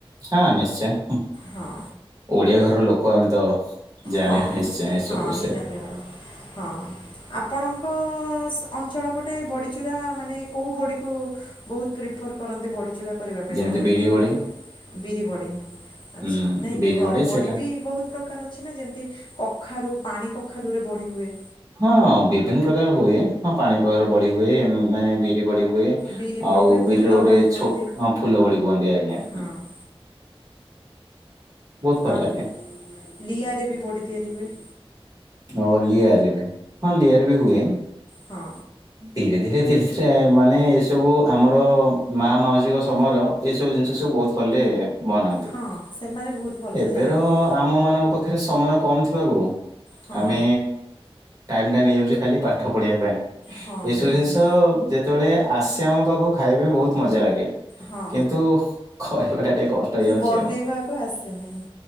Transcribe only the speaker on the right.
ହଁ ନିଶ୍ଚୟ
ଓଡିଆ ଘରର ଲୋକ ଆମେ ତ ଜାଣିବା
ନିଶ୍ଚୟ ଏ ସବୁ
ବିଷୟରେ।
ଯେମିତି
ବିରି ବଡି
ହୁଁ
ବିରି
ସେଟା
ହଁ ବିଭିନ୍ନ ପ୍ରକାର ହୁଏ ହଁ ପାଣି ପକାର ବଡି ହୁଏ ମାନେ ବିରି ବଡି ହୁଏ
ଆଉ
ବିରିରେ
ଗୋଟେ
ଛୋଟ ହ ଫୁଲ ବଡି କୁହନ୍ତି ଆଜ୍ଞା।
ବହୁତ ଭଲ
ଲାଗେ
ଆଉ ଲିଆ ରେ ବି। ହଁ ଲିୟରେ ବି ହୁଏ
ଧୀରେ ଧୀରେ ଧୀରେ ଧୀରେ ମାନେ ସବୁ ଆମର ମା ମାଉସୀଙ୍କ ସମୟର ଏଇ ସବୁ ଜିନିଷ ସବୁ ବହୁତ ଭଲରେ ବନାନ୍ତି
ଏବେର
ଆମ ମାନଙ୍କ ପାଖ ଖରେ ସମୟ କମ୍ ଥିବାକୁ
ଆମେ ଟାଇମ ଟା ନେଇଯାଉଛି ଖାଲି ପାଠ ପଢ଼ିବା ପାଇଁ।
ଏସବୁ
ଜିନିଷ ଯେ ସେତେବେଳେ ଆସେ ଆମ ପାଖକୁ ଖାଇବା ପାଇଁ ବହୁତ ମଜା ଲାଗେ।
କିନ୍ତୁ କରିବା ଟା ଟିକେ କଷ୍ଟ ହେଇଯାଉଛି
ଆଉ।